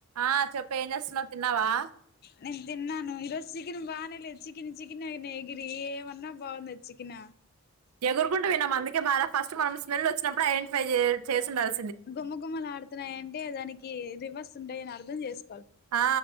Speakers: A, on the right; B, on the left.
A: ఆ చెప్ప ఎమ్ చేస్తున్నావ్ తిన్నావా
B: నేను తిన్నాను ఈ రోజు చికెన్ బాగానే లేదు చికెన్ చికెన్ న ఎగిరి ఏమన్నా బాగుంది చికెన్
A: ఎగురుకుంటు తిన్నాం అకే బాగా ఫస్ట్ మనం స్మెల్ వచ్చినప్పుడు ఐడెంటిఫై చేసిండల్సి
B: గుమగుమలు ఆడుతున్నాయంటే దానికి ఈ రివర్స్ ఉండే అనిర్థం చేసు
A: ఆ